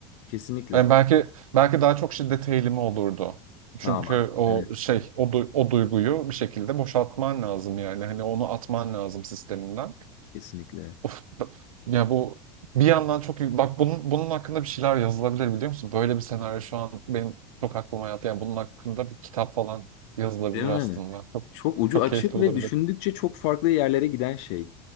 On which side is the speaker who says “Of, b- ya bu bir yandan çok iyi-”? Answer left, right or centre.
Right